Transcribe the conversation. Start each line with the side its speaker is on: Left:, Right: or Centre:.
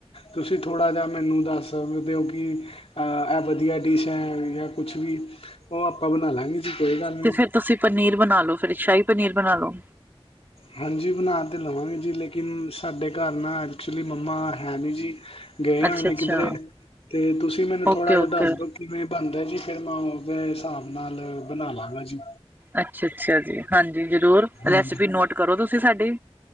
Left: ਤੁਸੀ ਥੋੜਾ ਜਿਆ ਮੈਨੂੰ ਦਾੱਸ ਸਕਦੇ ਓ ਕਿ ਐ ਵਦੀਆ ਡਿਸ਼ ਐ, ਯਾਂ ਕੁਛ ਵੀ ਓ ਆਪਾਂ ਬਨਾ ਲਾਂਗੇ ਜੀ। ਕੋਈ ਗੱਲ ਨੀਂ
Right: ਤੇ ਫਿਰ ਤੁਸੀਂ ਪਨੀਰ ਬਣਾ ਲੋ ਫੇਰ, ਸ਼ਾਹੀ ਪਨੀਰ ਬਣਾ ਲੋ।
Left: ਹਾਂਜੀ ਬਣਾ ਤੇ ਲਵਾਂਗੇ ਜੀ ਲੇਕਿਨ ਸਾਡੇ ਘਰ ਨਾਂ ਐਕਚੁਲੀ ਮੰਮਾ ਹੈ ਨੀਂ ਜੀ। ਗਏ
Right: ਅੱਛਾ
Left: ਹੋਏ ਨੇ
Right: ਅੱਛਾ
Left: ਕਿੱਧਰੇ ਤੇ ਤੁਸੀਂ ਮੈਨੂੰ ਥੋੜਾ
Right: ਓਕੇ ਓਕੇ
Left: ਜਿਆ ਦੱਸਦੋ ਕਿਵੇਂ ਬਨਦਾ ਜੀ ਫੇਰ ਮੈਂ ਓਦੇ ਸਾਬ ਨਾਲ ਬਨਾਲਾਂਗਾ ਜੀ।
Right: ਅੱਛਾ, ਅੱਛਾ ਜੀ, ਹਾਂਜੀ ਜ਼ਰੂਰ
Left: ਹਾਂਜੀ
Right: ਰੈਸਿਪੀ ਨੋਟ ਕਰੋ ਤੁਸੀ ਸਾਡੀ